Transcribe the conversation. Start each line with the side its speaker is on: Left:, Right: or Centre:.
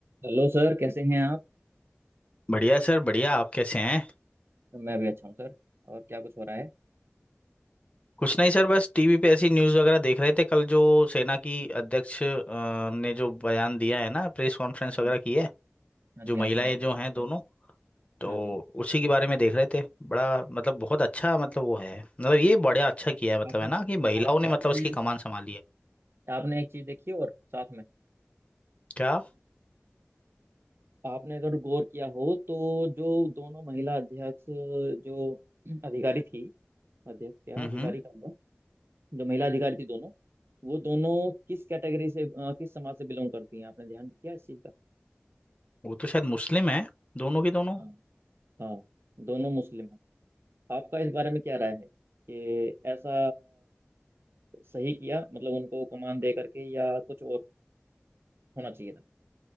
Right: Hello sir कैसे हैं आप
Left: बढ़िया सर बढ़िया आप कैसे हैं
Right: मैं भी अच्छा हूँ सर और क्या कुछ हो रहा है
Left: कुछ नहीं सर बस टीवी पे ऐसी न्यूज़ वगैरह देख रहे थे कल जो सेना की अध्यक्ष अ, ने जो बयान दिया है ना प्रेस कॉन्फ्रेंस
Right: हम्म,
Left: वगैरह की है
Right: हाँ जी
Left: जो महिलाएं
Right: हाँ जी हाँ जी
Left: जो हैं दोनों तो
Right: हाँ जी
Left: उसी के बारे में देख रहे थे बड़ा मतलब बहुत अच्छा मतलब वो है मतलब ये बड़ा अच्छा किया है मतलब
Right: आपने
Left: है ना कि महिलाओं
Right: आप
Left: ने मतलब
Right: आपने
Left: उसकी कमान संभाली है
Right: आपने एक चीज़ देखी और साथ में
Left: क्या
Right: आपने अगर गौर किया हो तो जो दोनों महिला अध्यक्ष जो अधिकारी थी अध्यक्ष क्या
Left: हम्म
Right: अधिकारी
Left: हम्म
Right: कहूँगा जो महिला अधिकारी थी दोनों वो दोनों किस कैटेगरी से अ, किस समाज से बिलोंग करती हैं आपने ध्यान किया इस चीज़ का
Left: वो तो शायद मुस्लिम है दोनों की दोनों
Right: हाँ हाँ दोनों मुस्लिम हैं आपका इस बारे में क्या राय है कि ऐसा सही किया मतलब उनको कमान दे करके या कुछ और होना चाहिए था